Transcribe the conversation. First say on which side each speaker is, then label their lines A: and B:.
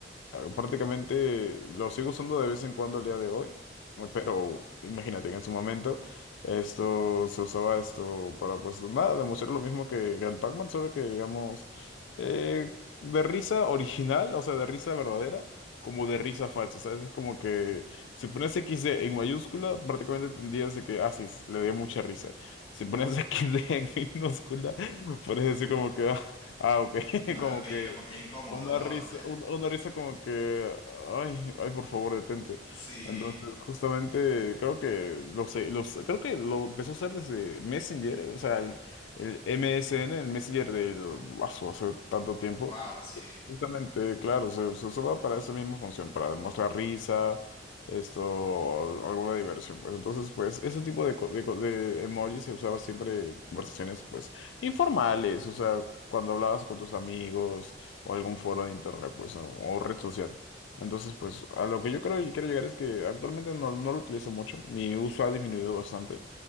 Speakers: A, on the left; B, on the left.
A: Ah, Prácticamente lo sigo usando de vez en cuando el día de hoy, eh, pero imagínate que en su momento esto se usaba esto para pues nada, demostrar lo mismo que el Pac-Man, solo que digamos eh, de risa original, o sea, de risa verdadera, como de risa falsa, ¿sabes? Es como que si pones XD en mayúscula, prácticamente entendías de que, ah, sí, le dio mucha risa. Si pones <laughs> XD en minúscula, puedes decir como que, ah, ah, ok, <laughs>
B: No,
A: como
B: ok,
A: que...
B: como que incómodo,
A: Una
B: ¿no?
A: risa,
B: <laughs>
A: un- una risa como que, ay, ay, por favor, detente.
B: Sí.
A: Entonces, justamente, creo que, lo sé, los, creo que lo empezó a hacer desde Messenger, eh, o sea, el, el MSN, el Messenger del, hace, hace tanto tiempo.
B: Wow, sí.
A: Y Justamente, claro, se, se usaba para esa misma función, para demostrar risa, esto, o alguna diversión, pues. Entonces, pues, ese tipo de, co- de, co- de emojis se usaba siempre en conversaciones, pues, informales, o sea, cuando hablabas con tus amigos o algún foro de internet, pues, o, o red social. Entonces, pues, a lo que yo creo y quiero llegar es que actualmente no, no lo utilizo mucho. Mi uso ha disminuido bastante.